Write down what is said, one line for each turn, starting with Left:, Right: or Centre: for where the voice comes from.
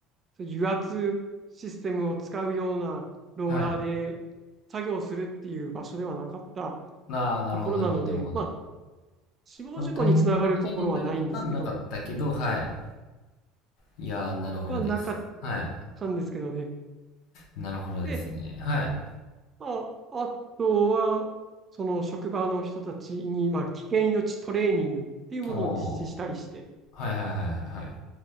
Right: そういう油圧システムを使うようなローラーで
Left: はい。
Right: 作業するっていう場所ではなかった
Left: ああ、なるほどなるほどなるほど。
Right: ところなので、まあ、死亡事故につながるところはないんですけど、
Left: その大変なことになることはなかったけど、はい。いやー、なるほどです。
Right: はなかっ
Left: はい。
Right: たんですけどね。
Left: なるほどですね。
Right: で、
Left: はい。
Right: まあ、あとは、その職場の人たちに、まあ、危険予知トレーニングっていうものを実施したりして、
Left: おーはいはいはいはいはい。